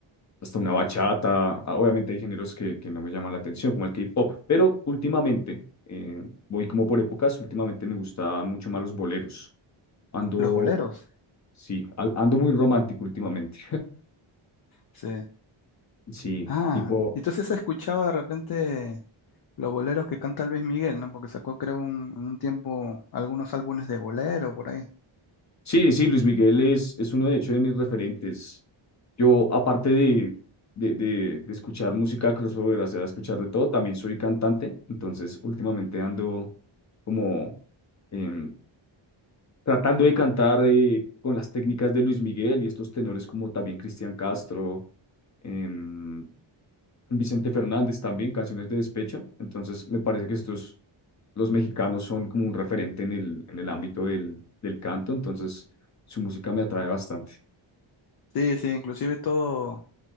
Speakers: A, on the left (about 35°); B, on the left (about 50°).
A: hasta una bachata. Ah, Obviamente hay géneros que, que no me llaman la atención, como el K-pop, pero últimamente, eh, voy como por épocas, últimamente me gusta mucho más los boleros. Ando,
B: Los boleros.
A: sí, al- ando muy romántico últimamente.
B: Sí.
A: Sí,
B: Ah,
A: tipo,
B: entonces he escuchado de repente los boleros que canta Luis Miguel, ¿no? Porque sacó, creo, un, un tiempo algunos álbumes de bolero por ahí.
A: sí, sí, Luis Miguel es, es uno de hecho de mis referentes. Yo, aparte de, de, de, de escuchar música crossover, o sea, escuchar de todo, también soy cantante, entonces últimamente ando como em, tratando de cantar eh, con las técnicas de Luis Miguel y estos tenores como también Cristian Castro, em, Vicente Fernández también, canciones de despecho. Entonces me parece que estos, los mexicanos son como un referente en el, en el ámbito del, del canto, entonces su música me atrae bastante.
B: Sí, sí, inclusive todo.